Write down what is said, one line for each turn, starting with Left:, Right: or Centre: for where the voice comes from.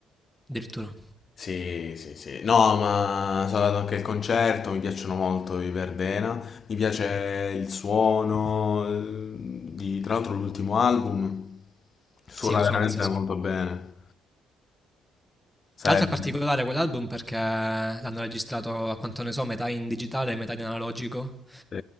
Centre: addirittura.
Left: Sì, sì, sì. No, ma sono andato anche al concerto, mi piacciono molto i Verdena. Mi piace il suono, il- di- tra l'altro l'ultimo album suona
Centre: Sì, è un
Left: veramente
Centre: suono pazzesco.
Left: molto bene. Sarebbe...
Centre: Tra l'altro è particolare quell'album perché l'hanno registrato, a quanto ne so, metà in digitale e metà in analogico.
Left: Sì,